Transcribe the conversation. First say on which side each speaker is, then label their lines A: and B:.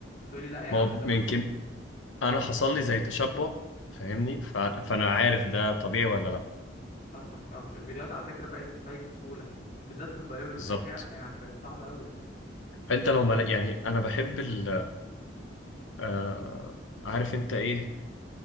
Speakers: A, on the left; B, on the left.
A: تقولي لا يا
B: ما
A: عم
B: هو
A: ده بص
B: يمكن انا حصل لي زي تشبع فاهمني ف... فانا عارف ده طبيعي ولا لا
A: فاهمك فاهمك الفيديوهات على فكرة بقت تتفيك بسهولة بالذات في البيولوجي
B: بالظبط
A: الأحياء يعني بقت صعبة قوي
B: انت لو ما لا- يعني انا بحب ال آه، عارف انت ايه